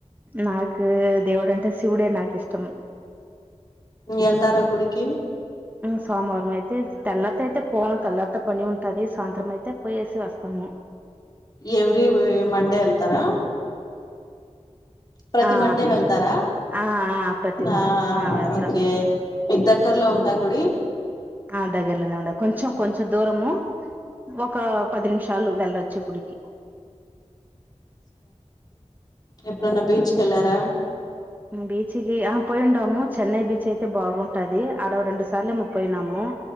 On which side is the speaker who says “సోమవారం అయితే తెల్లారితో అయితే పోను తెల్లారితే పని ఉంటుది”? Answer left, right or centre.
Right